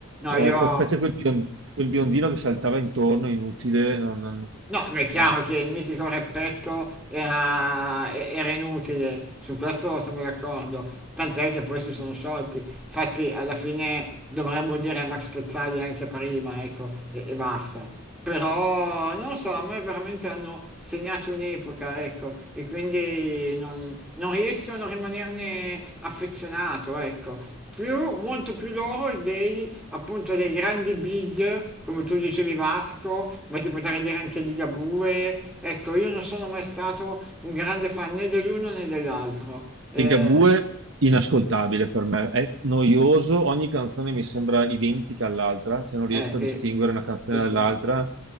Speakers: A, in the centre; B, on the right.
A: No,
B: Eh,
A: io
B: poi c'è quel, bion- quel biondino che saltava intorno, inutile, non, non-
A: No, ma è chiaro
B: no,
A: che il mitico Repetto era, e- era inutile, su questo siamo d'accordo, tant'è che poi si sono sciolti, infatti alla fine dovremmo dire a Max Pezzali anche prima, ecco, e, e basta. Però non lo so, a me veramente hanno segnato un'epoca, ecco, e quindi non, non riesco a non rimanerne affezionato, ecco. Più, molto più loro dei, appunto, dei grandi big, come tu dicevi Vasco, ma ti potrei dire anche di Ligabue. Ecco, io non sono mai stato un grande fan né dell'uno né dell'altro. Eh,
B: Ligabue inascoltabile per me, è noioso, ogni canzone mi sembra identica all'altra, cioè non riesco
A: eh
B: a
A: sì,
B: distinguere una canzone
A: sì,
B: dall'altra
A: sì,